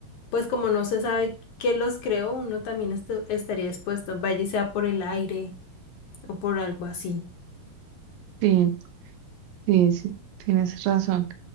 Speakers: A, on the left; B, on the right.
A: pues como no se sabe qué los creó, uno también estu- estaría expuesto, vaya y sea por el aire o por algo así.
B: Sí, sí, sí, tienes razón.